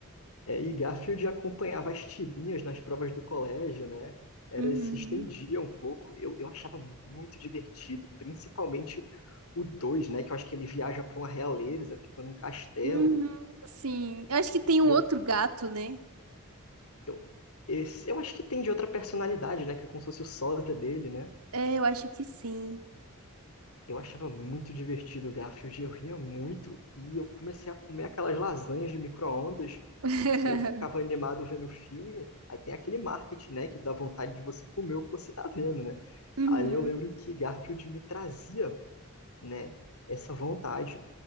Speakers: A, on the left (about 75°); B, on the right (about 80°).
A: É, e Garfield acompanhava as tirinhas nas provas do colégio, né? Era,
B: Uhum.
A: se estendia um pouco. Eu, eu achava muito divertido, principalmente o 2, né? Que eu acho que ele viaja para uma realeza, fica num castelo.
B: Uhum, sim. Eu acho que tem um
A: E
B: outro
A: eu,
B: gato, né?
A: eu, esse- eu acho que tem de outra personalidade, né? Que é como se fosse o sósia dele, né?
B: É, eu acho que sim.
A: Eu achava muito divertido o Garfield, eu ria muito e eu comecei a comer aquelas lasanhas de micro-ondas
B: <laughs>
A: porque eu ficava animado vendo o filme. Aí tem aquele marketing, né, que dá vontade de você comer o que você tá vendo, né?
B: Uhum.
A: Aí eu lembro que Garfield me trazia, né, essa vontade.